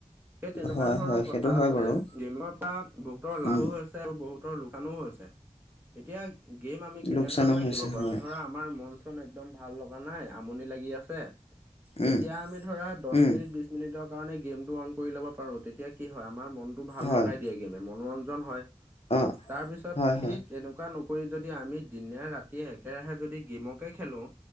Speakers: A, on the right; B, on the left.
A: সেই তেনেকুৱা
B: হয়,
A: ধৰণৰ
B: হয় সেইটো
A: কথা
B: হয়
A: আচলতে
B: বাৰু
A: গেমৰ পৰা বহুতৰ লাভো
B: উম,
A: হৈ- ছে আৰু বহুতৰ লোকচানো হৈছে এতিয়া গেম আমি কেনেধৰণে
B: লোকচানো হৈছে
A: খেলিব পাৰো
B: হয়,
A: ধৰা আমাৰ মন চন একদম ভাল লগা নাই আমনি লাগি গি আছে তেতিয়া
B: উম,
A: আমি ধৰা দহ
B: উম,
A: মিনিট বিছ মিনিটৰ কাৰণে গেমটো অন কৰি ল'ব পাৰোঁ তেতিয়া কি হয় আমাৰ মনটো ভাল
B: হয়,
A: লগাই দিয়ে গেমে মনোৰঞ্জন হয়
B: অ',
A: তাৰপিছত
B: হয়, হয়,
A: সেই তেনেকুৱা নকৰি যদি আমি দিনে ৰাতিয়ে একেৰাহে যদি গেমকে খেলো,